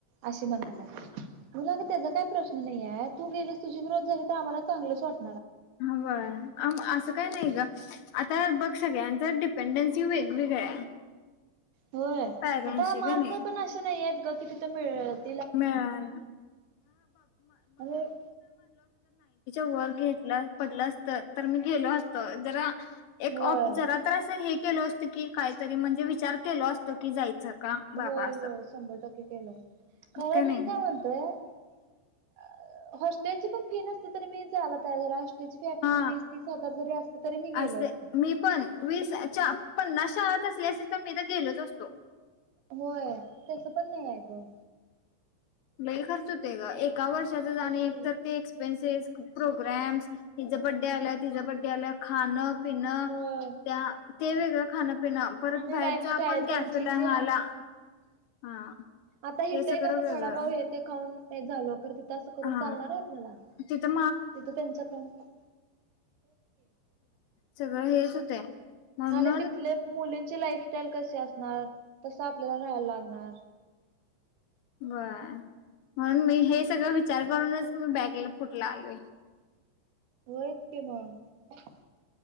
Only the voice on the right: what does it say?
अशी म्हणाल्या.. मुलाग त्याचा काय प्रश्न नाहीय आहे तू गेलीस तुझी ग्रोथ झाली तर आम्हाला चांगलंच वाटत
होय
आता मार्क
पण अशे नाही आहेतेत ग. किती तर मिळेल
म्हणजे
होय
होय
होय शंभर टक्के केलं <unintelligible>
मी काय म्हणतोय. अ हॉस्टेल ची पण फी नसती तरी मी झाला <unintelligible> तयार हॉस्टेलची फी ऍटलिस्ट
वीस तीस हजार जरी असते तरी मी गेलो
असतो
होय तस पण नाही ये ग.
बघकी
होय
आणि
लाईफस्टाईल
त्यांची जी
हा
आता हित
एक आपण
वडापाव. हो येते खाऊन नाहीच खाल्लो तिथं अस करून
चालणार आहे आपल्याला
तिथं त्यांचा बॅच.
आणि तिथल्या मुली. लाईफस्टाईल कशी असणार तस आपल्याला राहयला लागणार.
वक म <unintelligible>